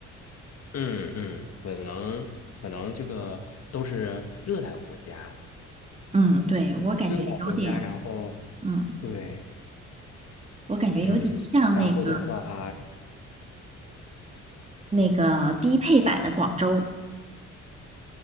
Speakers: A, on the left; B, on the right.
A: 嗯嗯，可能可能这个都是热带国家，
B: 嗯，对，我感觉有点，
A: 热带国家，然后
B: 嗯，
A: 对。
B: 我感觉有点像那个
A: 嗯，然后的话，
B: 那个低配版的广州，